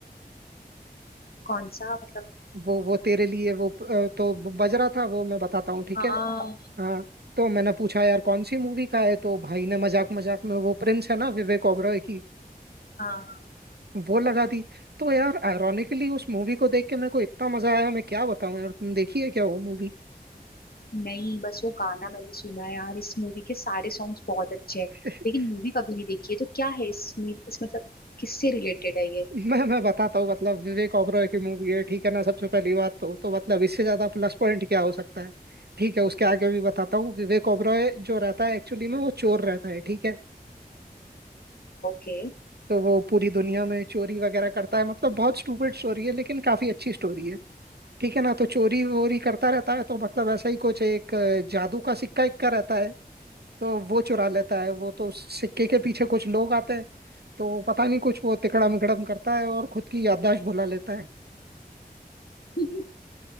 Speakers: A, on the left (about 70°); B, on the right (about 85°).
A: कौन सा मतलब
B: वो वो तेरे लिए वो अ, तो बज रहा था वो मैं बताता हूँ ठीक
A: हाँ
B: है हाँ तो मैंने पूछा यार कौन सी मूवी का है तो भाई ने मजाक मजाक में वो प्रिंस है ना विवेक ओबरॉय की
A: हाँ
B: वो लगा दी तो यार आयरोनिकली उस मूवी को देख के मेरे को इतना मजा आया मैं क्या बताऊं यार तुम देखी है क्या वो मूवी
A: नहीं बस वो गाना मैंने सुना है यार इस मूवी के सारे सॉन्ग्स बहुत अच्छे हैं
B: <laughs>
A: लेकिन मूवी कभी नहीं देखी है तो क्या है इसमें इस मतलब किससे रिलेटेड है ये
B: मैं मैं बताता हूँ मतलब विवेक ओबरॉय की मूवी है ठीक है ना सबसे पहली बात तो तो मतलब इससे ज्यादा प्लस पॉइंट क्या हो सकता है ठीक है उसके आगे भी बताता हूँ विवेक ओबरॉय जो रहता है एक्चुअली में वो चोर रहता है ठीक है
A: ओके
B: तो वो पूरी दुनिया में चोरी वगैरह करता है मतलब बहुत स्टूपिड स्टोरी है लेकिन काफी अच्छी स्टोरी है ठीक है ना तो चोरी वोरी करता रहता है तो मतलब ऐसा ही कुछ एक अ, जादू का सिक्का इक्का रहता है तो वो चुरा लेता है वो तो उस सिक्के के पीछे कुछ लोग आते हैं तो पता नहीं कुछ वो तिकड़म विकड़म करता है और खुद की याददाश्त भुला लेता है
A: <laughs>